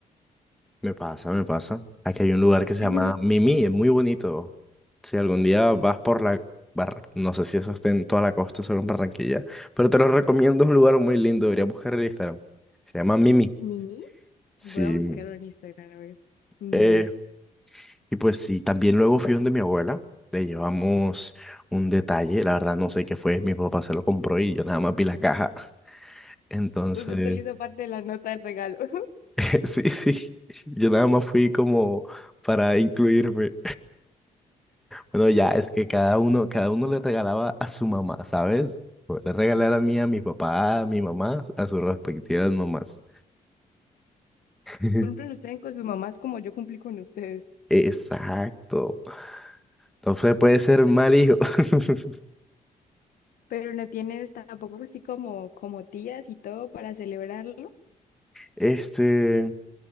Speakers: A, in the centre; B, on the left.
A: Me pasa, me pasa. Aquí hay un lugar que se
B: <laughs>
A: llama Mimi, es muy bonito. Si algún día vas por la... Bar... No sé si eso está en toda la costa, solo en Barranquilla, pero te lo recomiendo, es un lugar muy lindo, deberías buscar el Instagram. Se llama Mimi.
B: Mini,
A: Sí.
B: voy a buscarlo en Instagram, a ver. Mini.
A: Eh, y pues sí, también luego fui donde mi abuela, le llevamos un detalle, la verdad no sé qué fue, mi papá se lo compró y yo nada más vi la caja, entonces,
B: Usted se le hizo parte de la nota del regalo. <laughs>
A: <laughs> sí, sí, yo nada más fui como para incluirme. Bueno,
B: Total.
A: ya es que cada uno, cada uno le regalaba a su mamá, ¿sabes? Yo Le regalé a la mía, a mi papá, a mi mamá, a sus respectivas mamás. <laughs>
B: Cumplen ustedes con sus mamás como yo cumplí con ustedes.
A: Exacto. Entonces puede ser
B: Total.
A: mal hijo. <laughs>
B: Pero no tienes tampoco así como, como tías y todo para celebrarlo.
A: Este.